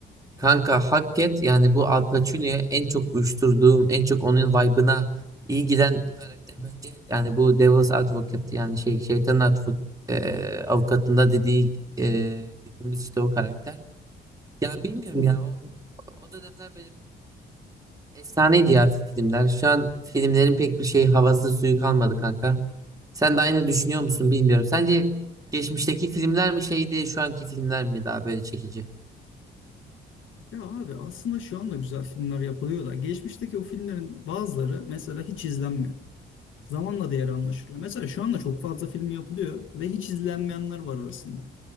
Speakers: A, on the right; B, on the left.
A: kanka hak et yani bu Al Pacino'ya en çok uyuşturduğum en çok onun vibe'ına iyi giden karakter bence yani bu Devil's Advocate yani şey şeytanın advo- e, avukatında dediği e, dediğimiz işte o karakter. Ya bilmiyorum ya o, o dönemler Efsaneydi ya filmler. Şu an filmlerin pek bir şey havası suyu kalmadı kanka. Sen de aynı düşünüyor musun bilmiyorum. Sence geçmişteki filmler mi şeydi, şu anki filmler mi daha böyle çekici?
B: Ya abi aslında şu anda güzel filmler yapılıyor da geçmişteki o filmlerin bazıları mesela hiç izlenmiyor. Zamanla değeri anlaşılıyor. Mesela şu anda çok fazla film yapılıyor ve hiç izlenmeyenler var arasında.